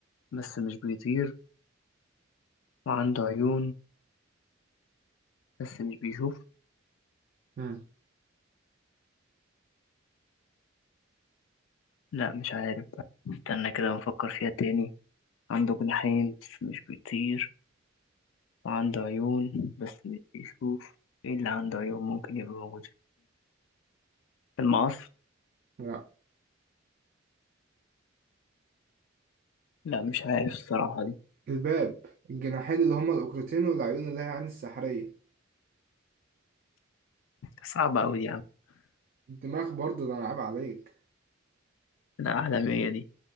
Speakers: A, on the left (about 75°); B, on the right (about 45°).
A: بس مش بيطير وعنده عيون بس مش بيشوف
B: مم.
A: لا مش عارف بقى استنى كده بفكر فيها تاني عنده جناحين بس مش بيطير وعنده عيون بس مش بيشوف ايه اللي عنده عيون ممكن يبقى موجود المقص
B: لا
A: لا مش عارف الصراحة دي
B: الباب الجناحين اللي هما الأوكرتين والعيون اللي هي عين السحرية
A: صعبة أوي دي يا عم
B: الدماغ برضه ده أنا عيب عليك
A: لا عالمية دي